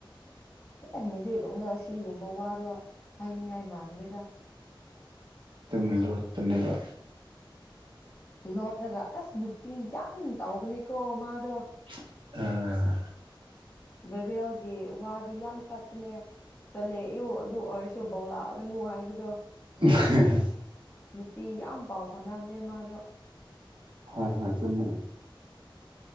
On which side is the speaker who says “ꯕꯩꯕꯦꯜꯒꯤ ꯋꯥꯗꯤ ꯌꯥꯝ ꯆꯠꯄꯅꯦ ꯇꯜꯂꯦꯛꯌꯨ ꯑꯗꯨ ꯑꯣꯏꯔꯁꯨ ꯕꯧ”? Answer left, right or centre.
Left